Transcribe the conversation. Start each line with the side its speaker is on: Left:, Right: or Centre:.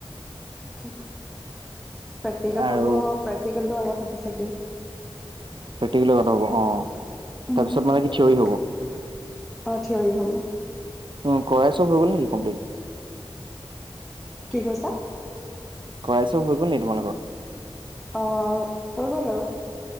Centre: প্ৰেক্টিকেল হ'ব
Right: আৰু
Centre: প্ৰেক্টিকেলটো আগত হ'ব
Right: প্ৰেক্টিকেলৰ কথা অ',
Centre: চাগে।
Right: তাৰপিছত মানে কি থিয়ৰী
Centre: উম,
Right: হ'ব?
Centre: অ, থিয়ৰি হ'ব।
Right: অ, কৰাই চব হৈ গল নেকি কমপ্লিট?
Centre: কি কৈছা?
Right: কৰাই চব হৈ গ'ল নেকি তোমালোকৰ?
Centre: অ, হৈ গ'ল আৰু।